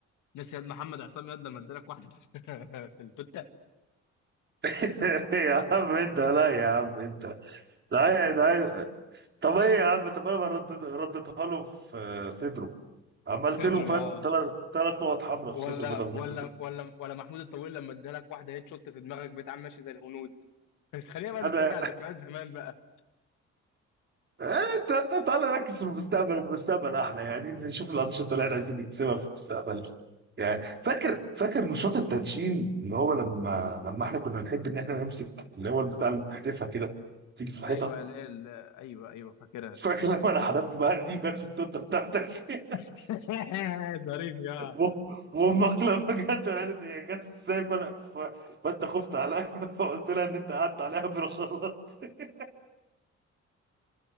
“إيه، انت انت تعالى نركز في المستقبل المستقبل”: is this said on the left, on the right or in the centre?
Right